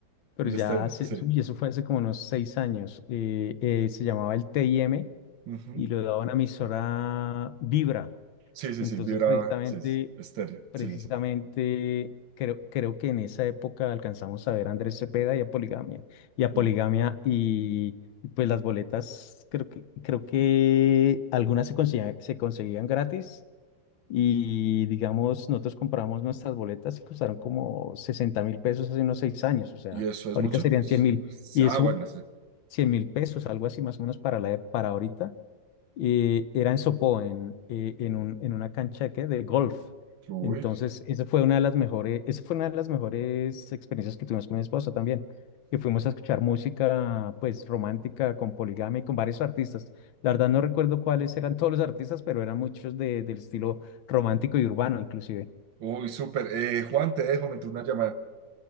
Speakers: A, on the left; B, on the right.
A: pero
B: el
A: ya
B: estéreo,
A: hace,
B: sí.
A: uy, eso fue hace como unos seis años. eh, eh, se llamaba el TIM
B: Ujú.
A: y lo daba una emisora Vibra.
B: Sí, sí,
A: Entonces,
B: sí, vibra,
A: precisamente,
B: sí, sí, estéreo,
A: precisamente
B: sí, sí, sí.
A: creo, creo que en esa época alcanzamos a ver a Andrés Cepeda y a Poligamia. Y a
B: Oh,
A: Poligamia y, y pues las boletas, creo que, creo que algunas se conseguían, se conseguían gratis y digamos, nosotros compramos nuestras boletas y costaron como sesenta mil pesos hace unos seis años, o sea,
B: ¿y eso es
A: ahorita
B: mucho?
A: serían cien mil
B: Sí,
A: y
B: Ah,
A: es
B: bueno,
A: un
B: sí.
A: cien mil pesos, algo así más o menos para, la, e- para ahorita eh, era en Sopó, en, eh, en un- en una cancha de, ¿qué? de golf.
B: Uy.
A: Entonces, esa fue una de las mejores, esa fue una de las mejores experiencias que tuvimos con mi esposa también, que fuimos a escuchar música, pues, romántica, con Poligamia y con varios artistas. La verdad no recuerdo cuáles eran todos los artistas, pero eran muchos de- del estilo romántico y urbano, inclusive.
B: Uy, súper. Eh, Juan, te dejo, me entró una llamada.